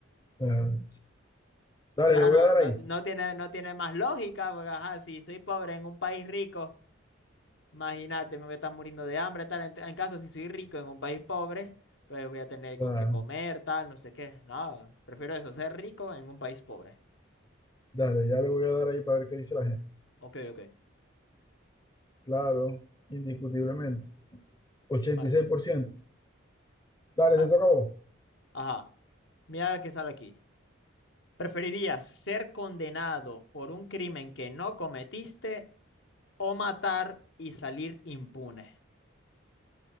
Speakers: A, on the left; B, on the left.
A: Claro. Dale,
B: sea,
A: le voy
B: no,
A: a dar
B: no,
A: ahí.
B: no tiene, no tiene más lógica, porque ajá, si soy pobre en un país rico, imagínate, me voy a estar muriendo de hambre, tal. En, en caso, si soy rico en un país pobre, pues voy a tener
A: Claro.
B: con qué comer, tal, no sé qué. No, prefiero eso, ser rico en un país pobre.
A: Dale, ya le voy a dar ahí para ver qué dice la gente.
B: Ok, ok.
A: Claro, indiscutiblemente. ochenta
B: Bueno,
A: y seis por ciento Dale,
B: bueno.
A: te toca a vos.
B: Ajá, mira la que sale aquí. ¿Preferirías ser condenado por un crimen que no cometiste o matar y salir impune?